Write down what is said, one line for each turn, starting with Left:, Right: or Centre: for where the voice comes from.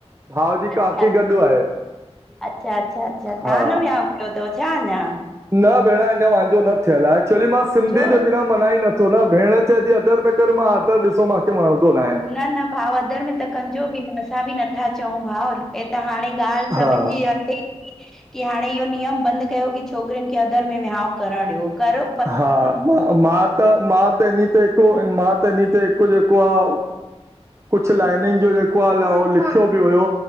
Right: भाउ जी काकी
Centre: अच्छा
Right: गॾु आहे
Centre: -अच्छा अच्छा तव्हां
Right: हा।
Centre: न विहयाव न कयो तव छा अञा?
Right: न भेण अञा मांजो न थियल आहे एक्चुली मां सिंधी
Centre: छो
Right: जे बिना मना ई नथो न, भेण चए थी अदर में कर मां आदर ॾिसो मूंखे वणंदो न आहे।
Centre: न न भाव अदर में त कंजो बि न असां बि नथा चऊं भाव हे त हाणे ॻाल्हि सभिनि
Right: हा
Centre: जी हले की हाणे इहो नियम बंद कयो की छोकिरियुन खे अदर में विहाांउ कर ॾियो कर
Right: हा, मां मां त मां त इन ते हिकु मां त इनी ते हिकु जेको आ कुछ लाइनिनि जो जेको आ उो लिखियो बि हुयो